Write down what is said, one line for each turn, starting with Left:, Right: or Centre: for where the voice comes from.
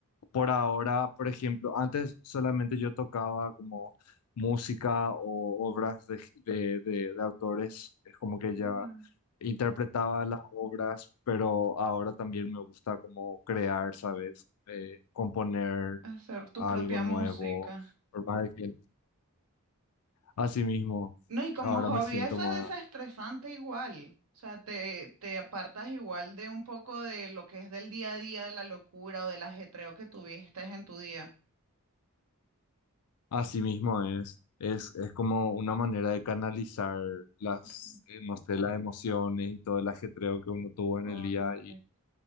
Left: por ahora, por ejemplo, antes solamente yo tocaba como música o obras de, de, de, de autores, es como que
Right: mira,
Left: ya interpretaba las obras, pero ahora también me gusta como crear, ¿sabes? Eh, componer
Right: Hacer tu
Left: algo
Right: propia
Left: nuevo,
Right: música.
Left: por más de que así mismo,
Right: No, y como
Left: ahora
Right: hobby
Left: me siento
Right: eso
Left: más,
Right: es desestresante igual. O sea, te, te apartas igual de un poco de lo que es del día a día, de la locura o del ajetreo que tuviste en tu día.
Left: así mismo es, es, es como una manera de canalizar las,
Right: Correcto.
Left: eh, no sé, las emociones y todo el ajetreo que uno tuvo
Right: Correcto.
Left: en el día